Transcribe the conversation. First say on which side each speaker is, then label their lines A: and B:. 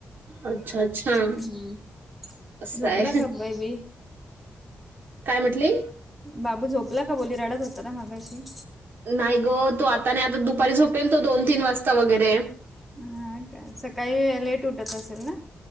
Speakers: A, on the right (about 70°); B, in the centre.
A: अच्छा अच्छा
B: हम्म
A: असय.
B: झोपला का बेबी
A: काय म्हटली.
B: बाबू झोपला का बोलीराडत होता ना मागाशी.
A: नाही ग तो आता नाही आता दुपारी झोपेल तो दोन तीन वाजता. वगैरे
B: हा का सकाळी लेट उठत असेल ना.